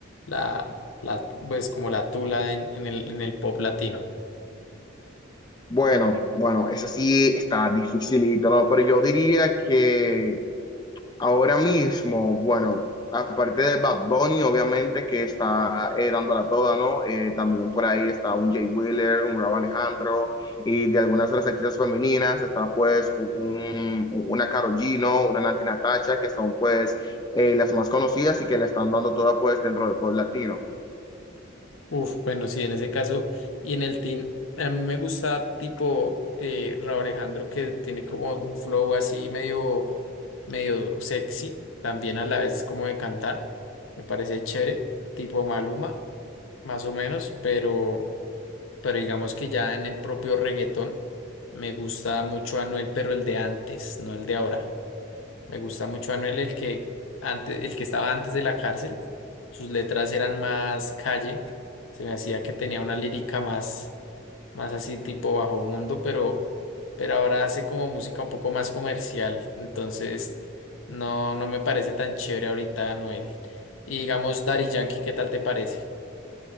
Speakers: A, on the left (about 85°); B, on the left (about 20°).
A: la, la, pues como la tula en, en el, en el pop latino?
B: Bueno, bueno, esa sí está dificilito, ¿no? Pero yo diría que Ahora mismo, bueno, aparte de Bad Bunny, obviamente, que está eh, dándola toda, ¿no? Eh, también por ahí está un Jay Wheeler, un Rauw Alejandro, y de algunas de las artistas femeninas está pues un- una Karol G, ¿no? Una Nati Natasha, que son pues eh, las más conocidas y que la están dando toda pues dentro del pop latino.
A: Uf, bueno, sí, en ese caso, y en el team, a mí me gusta tipo eh, Raúl Alejandro que tiene como un flow así medio, medio sexy, también a la vez como de cantar, me parece chévere, tipo Maluma, más o menos, pero, pero digamos que ya en el propio reggaetón me gusta mucho Anuel, pero el de antes, no el de ahora. Me gusta mucho Anuel, el que antes, el que estaba antes de la cárcel. Sus letras eran más calle. Se me hacía que tenía una lírica más, más así tipo bajo mundo, pero, pero ahora hace como música un poco más comercial. Entonces, no, no me parece tan chévere ahorita Anuel. Y digamos, Daddy Yankee, ¿qué tal te parece?